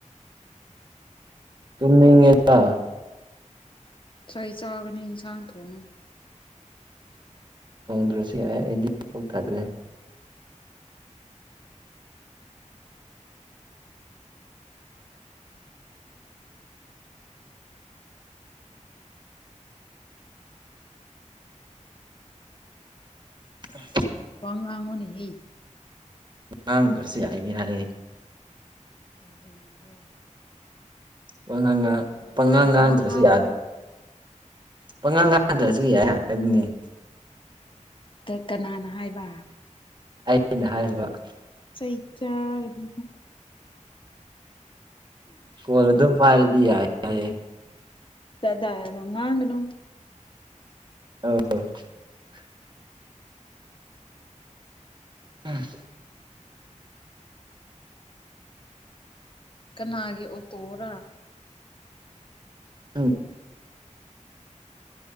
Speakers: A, on the right; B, on the left.
A: ꯇꯨꯨꯝꯅꯤꯡꯉ‌ꯦꯕꯥ
B: ꯆꯩ ꯆꯥꯒꯅꯤ ꯏꯟꯁꯥꯡ ꯊꯣꯡꯉꯨ
A: ꯊꯣꯡꯗ꯭ꯔꯁꯨ ꯌꯥꯢ ꯑꯩꯗꯤ ꯄꯥꯜꯂꯦ <unintelligible>
B: ꯋꯥ ꯉꯥꯡꯉꯨꯅꯦꯍꯦ
A: ꯉꯥꯡꯗ꯭ꯔꯥꯁꯨ ꯌꯥꯢꯗꯤ ꯍꯥꯏ
B: ꯀꯔꯤꯔꯣ
A: ꯄꯉꯥꯡꯉꯥꯡ
B: ꯉꯥꯡꯉꯣ
A: ꯄꯉꯥꯡ ꯉꯥꯡꯗ꯭ꯔꯁꯨ
B: ꯋꯥ ꯉꯥꯡꯉꯣ
A: ꯌꯥꯏ ꯄꯪꯉꯥ ꯉꯥꯡꯗ꯭ꯔꯥꯁꯨ ꯌꯥꯏ ꯍꯥꯏ ꯍꯥꯏꯕꯅꯦ
B: ꯗ‌ꯣ ꯀꯅꯥꯅ ꯍꯥꯏꯕ
A: ꯑꯩꯅ ꯍꯥꯏꯕꯥ
B: ꯀꯩ ꯆꯗꯤ
A: ꯐ‌ꯧꯜꯗꯨꯝ ꯐꯥꯔꯗꯤ ꯌꯥ ꯌꯥꯦ
B: ꯆꯗꯥꯗ ꯉꯒꯅꯨ
A: <unintelligible> ꯑꯥ
B: ꯀꯅꯥꯒꯤ ꯑꯣ ꯇꯣꯔ
A: ꯑꯪ